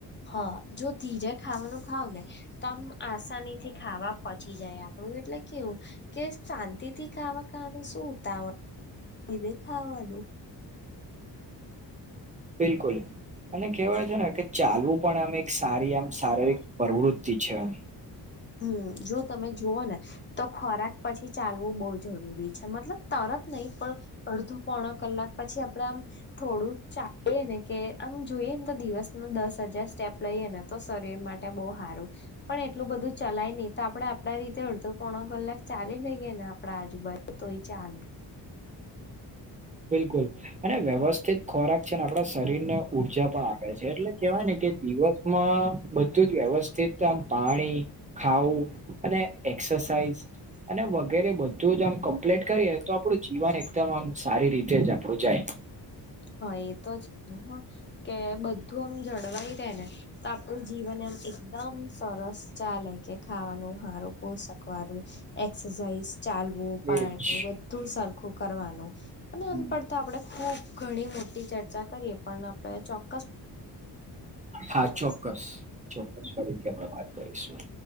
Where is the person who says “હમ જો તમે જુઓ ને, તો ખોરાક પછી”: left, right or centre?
Left